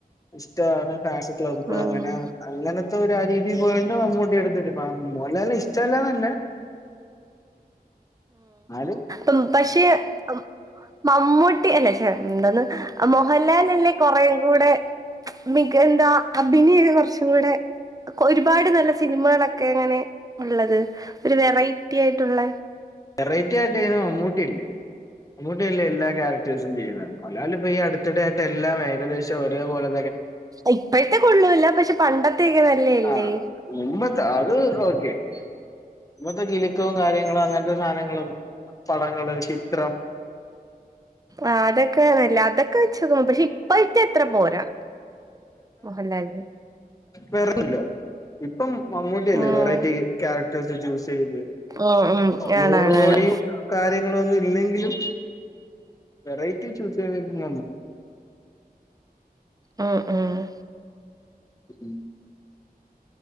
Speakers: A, on the left; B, on the right.
A: ഇഷ്ടാണ് ഫാൻസ് ക്ലബ്
B: ഉം
A: അങ്ങനെ അങ്ങനത്തെ ഒരാ രീതീല് പോയോണ്ട് മമ്മൂട്ടിയെടുത്ത്. അപ്പം മോലാലിനെ ഇഷ്ടവല്ലാ ന്നല്ല. ന്നാലും,
B: ഉം പക്ഷെ അം മമ്മൂട്ടി അല്ലെ, ശെ എന്തോന്ന് അ മോഹൻലാലല്ലേ കൊറേ കൂടെ മിക എന്താ അഭിനയൊക്കെ കൊറച്ച് കൂടെ, ഒരുപാട് നല്ല സിനിമകളൊക്കെ ഇങ്ങനെ ഒള്ളത്. ഒരു വെറൈറ്റി ആയിട്ടുളേള.
A: വെറൈറ്റി ആയിട്ടെയ്യ്ണ് മമ്മൂട്ടിയല്ലേ മമ്മൂട്ടിയല്ലേ എല്ലാ ക്യാരക്ടേഴ്സും ചെയ്യണത്. മോഹൻലാലിപ്പൊ ഈ അടുത്തിടെയായിട്ട് എല്ലാം ഏകദേശം ഒരേപോലെ,
B: ഇപ്പഴത്തെ കൊള്ളൂല്ല. പക്ഷെ പണ്ടതെക്കെ നല്ലേല്ലേ?
A: ആ മുമ്പത്തെ അത് ഓക്കെ. മുമ്പത്തെ കിലിക്കവും കാര്യങ്ങളും അങ്ങനെ, <unintelligible> സാനങ്ങളും പടങ്ങള് ചിത്രം,
B: ആ അതൊക്കെ നല്ല അതൊക്കെ വെച്ചോമ്പോ പക്ഷേ ഇപ്പാ അത്ര പോരാ. മോഹൻലാലിനെ
A: വെറല്ല. ഇപ്പം മമ്മൂട്ടിയല്ലേ
B: ഉം
A: വെറൈറ്റി ക്യാരക്ടേഴ്സ് ചൂസ് ചെയ്ത്,
B: ഉം ഉം
A: നൂറ്
B: ആണാണാണ്
A: കോടീം, കാര്യങ്ങളൊന്നും ഇല്ലെങ്കിലും, വെറൈറ്റി ചൂസ് ചെയ്യ <unintelligible> ക്ക
B: ഉം ഉം.
A: ഉം.